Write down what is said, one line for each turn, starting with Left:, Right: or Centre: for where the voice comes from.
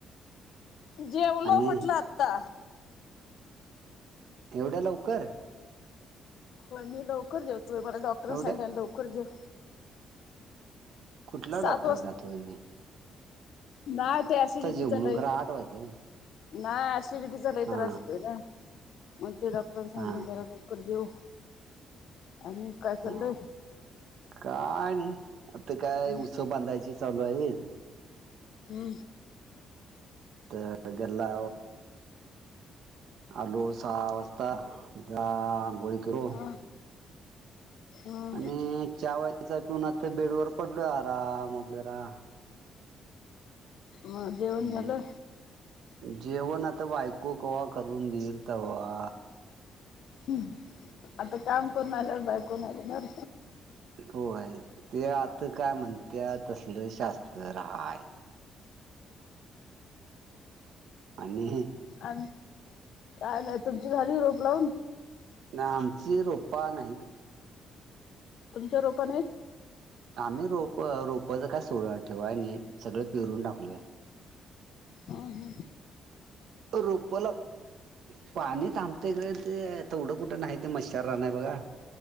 Left: जेवलो
Right: आणि
Left: म्हटलं आत्ता
Right: एवढ्या लवकर
Left: हो मी लवकर जाे तु मला डॉक्टरां
Right: एवढ्या
Left: सांग लवकर जाे
Right: कुठला
Left: सात
Right: डॉक्टर काातोय मी
Left: ना ते सिडिटी
Right: जेव म्हणून
Left: तरलय
Right: खरं आठ वाजले
Left: नाही सिडिटीचा लई
Right: हा
Left: त्रास होतोय ना मग ते डॉक्टरां सांग
Right: हा
Left: जरा लवकर येऊ आणि काय चाललंय
Right: हा काय नाही आता काय
Left: हम्म
Right: उत्सव बांधायची चालू आहे
Left: हो
Right: तर गला आलो सहा वाजता जा आंघोळी कर
Left: हम्म हा हा
Right: आणि चावचा पिऊून आता बेड वर पडलो या राम आपल्या रा
Left: मग जेवण
Right: हम्म.
Left: झालं
Right: जेवण आता बायको कवा्हा करून देईल त वा
Left: ह् आता काम करून आल्यावर बायकून आलीणार
Right: होय ते आता काय म्हणते तसल शास्त्र राहाय आणि
Left: आणि काय नाही तुमची झाली रोप लावून
Right: आमची रोपा नाहीत
Left: तुमच्या रोकण आहेत
Right: आम्ही रोप रोपच काय सोड ठेवाय नाही सगळं पिरून टाकलूय
Left: ह हा
Right: रुपला पाणी थांबतेय का ते तेवढं कुठं नाही ते मच्छर रा नाही बघा